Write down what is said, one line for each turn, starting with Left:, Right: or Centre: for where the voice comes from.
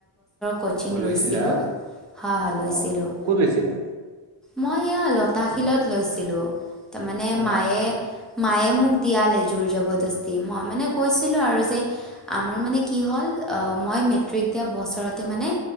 Centre: ক'চিং
Right: অ লৈছিলা
Centre: লৈছিলোঁ হয় হয় লৈছিলোঁ।
Right: অ ক'ত লৈছিলা?
Centre: মই এয়া লতাশিলত লৈছিলো তাৰ মানে
Right: অ
Centre: মায়ে
Right: আচ্ছা
Centre: মায়ে মোক দোৰ জস্তি মই মানে কৈছিলো আৰু যে আমাৰ মানে কি হ'ল? মই মেট্ৰিক দিয়া বছৰতে মানে